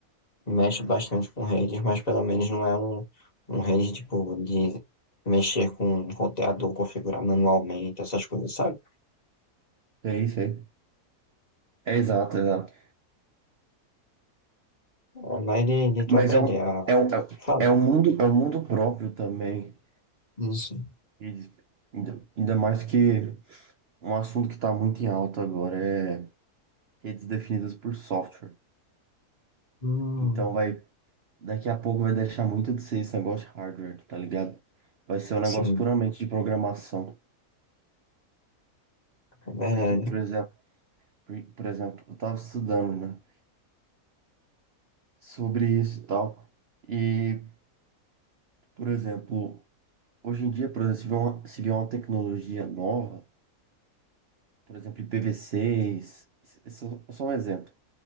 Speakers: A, on the left; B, on the right.
A: mexe bastante com redes, mas pelo menos não é um, um rede tipo de mexer com roteador, configurar manualmente, essas coisas, sabe?
B: Sei, sei. É exato, exato.
A: É mais de, de tu
B: Mas
A: aprender
B: é um,
A: a
B: é um,
A: falar.
B: é um mundo, é um mundo próprio também.
A: Isso.
B: Redes- Ainda, ainda mais que um assunto que está muito em alta agora é redes definidas por software.
A: Hum,
B: Então vai, daqui a pouco vai deixar muito de ser esse negócio de hardware, tá ligado? Vai ser um negócio
A: sim.
B: puramente de programação.
A: É verdade.
B: Porque, por exemplo, por, por exemplo, eu tava estudando, né, sobre isso e tal. E, por exemplo, hoje em dia, por exemplo, se vier uma, se vier uma tecnologia nova, por exemplo, IPv6, isso isso é só um exemplo.